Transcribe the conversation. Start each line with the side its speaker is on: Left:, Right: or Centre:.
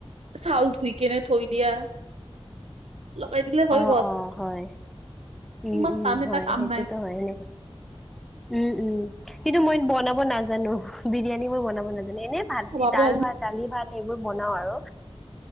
Right: চাউল ধুই কেনে থৈ দিয়া। লগাই দিলে হৈ
Centre: অ-
Right: গ'ল
Centre: অ হয়, উম-
Right: ইমান
Centre: উম
Right: টান এটা
Centre: হয়
Right: কাম
Centre: সেইটোতো
Right: নাই
Centre: হয় এনেকোৱা। উম- উম কিন্তু মই বনাব নাজানো, বিৰিয়ানী মই বনাব নাজানো। এনে ভাত দি
Right: বাপৰে
Centre: দাল- ভাত- দালি- ভাত এইবোৰ বনাও আৰু।